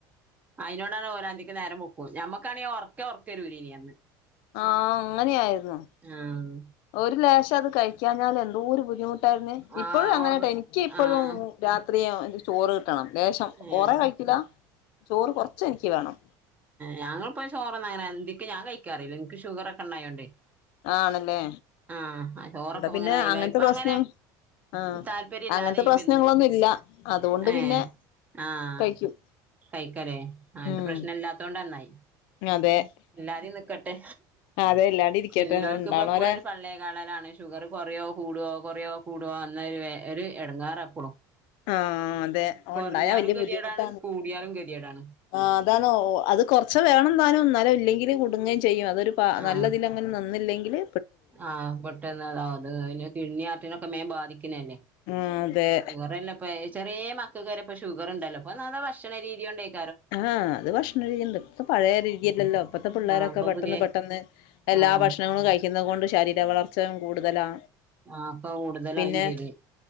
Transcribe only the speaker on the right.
അയിനോടാണ് ഓരന്തിക്ക് നേരം വെൾക്കും ഞമ്മക്കാണെങ്കി ഉറക്യാ ഉറക്കരുലൈന്ന് അന്ന്.
ആഹ്
ആഹ്
ഒറ
ആഹ്
ഏഹ്
ഞങ്ങൾപ്പോ ചൊർന്ന അങ്ങനെ അന്തിക്ക് ഞാ കഴിക്കാറില്ല ഇൻക്ക് ഷുഗറൊക്കെ ഉണ്ടായോണ്ട്.
ആഹ ചോറൊക്കെ
അങ്ങനെ ഒഴിവായി
ഇപ്പ
അങ്ങനെ.
താല്പര്യ ഇല്ലാതെയായി
വന്ന്
ഏ.
ആഹ്
കഴിക്കലേ അങ്ങനത്തെ
പ്രശ്നം ഇല്ലാത്തോണ്ട് നന്നായി.
എല്ലാതീയിം നിക്കട്ടെ
ഇല്ലോല്ക്
ഇപ്പൊ എപ്പോളും ഒരു പള്ളേ കാള ലാണ്. ഷുഗർ കുറയോ കൂടോ കൊറയോ കൂടോ അന്ന ഒരു എടങ്ങാറ എപ്പളും.
കൊറഞ്ഞാലും
ഗതികേടാണ്
കൂടിയാലും കെത്യേടാണ്.
ആഹ്
ആഹ് പെട്ടെന്ന് അതാ അത് പിന്നെ കിഡ്നി ഹാർട്ടിനൊക്കെ മേം ബാധിക്ക്‌നല്ലേ
ഷുഗർല്ലേ ഇപ്പ ചെറേ മക്കൾക് വരേ ഇപ്പ ഷുഗർ ഉണ്ടല്ലോ ഇപ്പൊ നെ ഭക്ഷണ രീതി കൊണ്ടയ്
ആഹ് ഇപ്പൊ
പുതിയ
ആഹ്
ആഹ് ഇപ്പൊ കൂടുതലായും
ചെയ്ത്